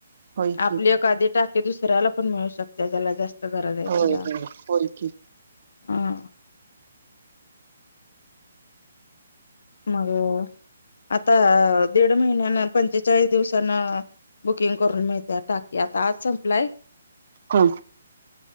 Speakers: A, on the right; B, on the left.
A: होय की
B: आपले एखादीे टाकी दुसऱ्याला पण मिळू शकत्या ज्याला जास्त गरज आहे त्याला
A: होय होय होय की
B: हा मग आता दीड महिन्यान पंचेचाळीस दिवसान बुकिंग करून मिळते टाकी आता आज संपलाय
A: हो